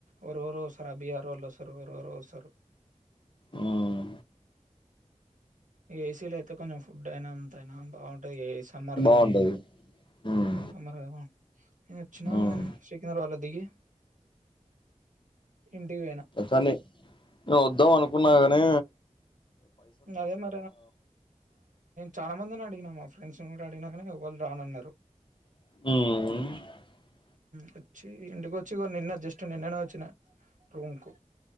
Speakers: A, on the right; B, on the left.
A: ఒ రోజు వస్తారు అభై ఆరు రోజు వస్తారు వ రు వస్తారు
B: హ్మ్.
A: ఏసీలో అయితే కొంచెం ఫుడ్ అయినా అంతయినా బాగుంటుంది ఏ సమ్మర్
B: బావుంటది.
A: కదా
B: హ్మ్.
A: సమ్మర్ కదా వచ్చిన
B: హ్మ్.
A: శకినర్ వాళ్ల దగి ఇంటికి వేనా
B: కానీ నేను వద్దాం అనుకున్నా కాని
A: నేనూ చాలా మందిని అడిగిన నా ఫ్రెండ్స్ నీ నేను అడిగినాను కానీ ఎవరు రానన్నారు
B: హమ్
A: వచ్చి ఇంటికి వచ్చి నిన్న జస్ట్ నిన్ననే వచ్చిన రూమ్ కు